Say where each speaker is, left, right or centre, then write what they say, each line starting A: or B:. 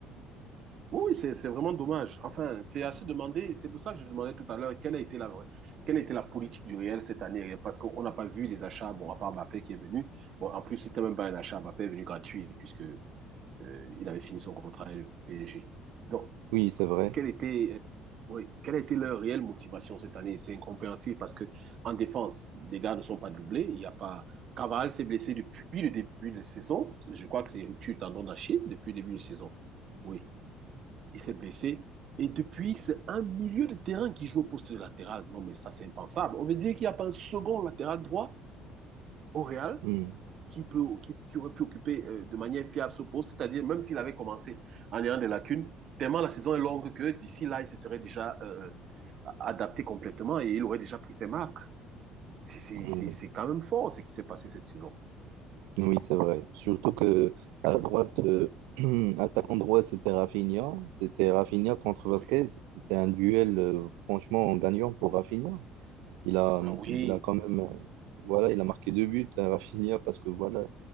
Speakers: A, on the right; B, on the right.
A: Oui, oui, c'est c'est vraiment dommage. Enfin, c'est assez demandé. C'est pour ça que je demandais tout à l'heure quelle a été la vraie- quelle a été la politique du Real cette année, parce qu'on n'a pas vu les achats. Bon, à part Mbappé qui est venu. Bon, en plus, c'était même pas un achat. Mbappé est venu gratuit puisque euh, il avait fini son contrat avec le PSG. Donc,
B: oui, c'est vrai.
A: quelle était, euh, oui, quelle a été leur réelle motivation cette année? C'est incompréhensible parce que en défense, les gars ne sont pas doublés. Il y a pas. Cavani s'est blessé depuis le début de la saison. Je crois que c'est rupture tendon d'Achille depuis le début de la saison. Oui. Il s'est blessé. Et depuis, c'est un milieu de terrain qui joue au poste de latéral. Non, mais ça, c'est impensable. On veut dire qu'il n'y a pas un second latéral droit au Real
B: Hmm.
A: qui, peut, qui, qui aurait pu occuper euh, de manière fiable ce poste. C'est-à-dire, même s'il avait commencé en ayant des lacunes, tellement la saison est longue que d'ici là, il se serait déjà euh, adapté complètement et il aurait déjà pris ses marques. C'est c'est,
B: Mm.
A: c'est, c'est quand même fort ce qui s'est passé cette saison.
B: Oui, c'est vrai. Surtout que à droite, euh, <clears throat> attaquant droit, c'était Rafinha. C'était Rafinha contre Vasquez.
A: Oui.
B: C'était un duel, euh, franchement, en gagnant pour Rafinha. Il a,
A: Ah oui,
B: il a quand même, euh, voilà, il a marqué deux buts à Rafinha parce que voilà,